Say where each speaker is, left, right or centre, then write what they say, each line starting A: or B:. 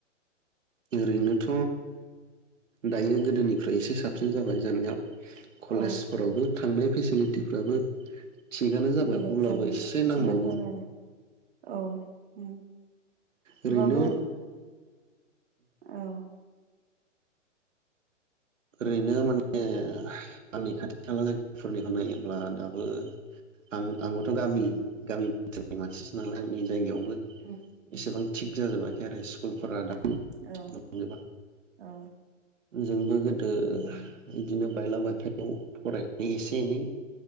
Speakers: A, on the right; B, on the right.
A: ओरैनोथ' दायो गोदोनिफ्राय एसे साबसिन जाबाय जानायाव। कलेजफोरावबो
B: औ
A: थांनाय फेसिलिटिफ्राबो थिगानो जाबाय
B: बेलेग
A: अब्लाबो एसे नांबावगौ।
B: थिगानो जाबाय आरो औ उम। होमबाबो
A: ओरैनो
B: औ।
A: ओरैनो माने आंनि खाथि खाला जायगाफोरनिखौ नायोब्ला दाबो आं आंबोथ' गामि
B: उम
A: गामि <unintelligible> मानसिसो नालाय आंनि जायगायाव। <unintelligible>
B: उम
A: एसेबां थिग जाजोबाखै आरो स्कुलफोरा दा
B: औ
A: बुंनोबा
B: औ
A: जोंबो गोदो ओ
B: उम उम
A: इदि नो बायलाबाथायाव फरायनानै एसे एनै